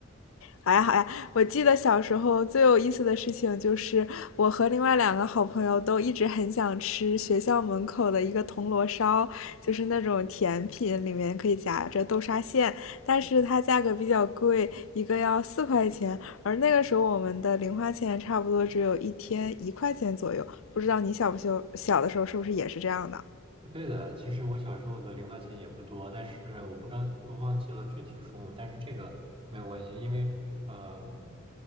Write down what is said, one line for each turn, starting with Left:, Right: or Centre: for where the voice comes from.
Left: 好呀，好呀！我记得小时候最有意思的事情就是，我和另外两个好朋友都一直很想吃学校门口的一个铜锣烧，就是那种甜品，里面可以夹着豆沙馅，但是它价格比较贵，一个要四块钱，而那个时候我们的零花钱差不多只有一天一块钱左右。不知道你小不小小的时候是不是也是这样的？
Right: 对的，其实我小时候的零花钱也不多，但是我不知道，我忘记了具体数目，但是这个没有关系，因为，嗯，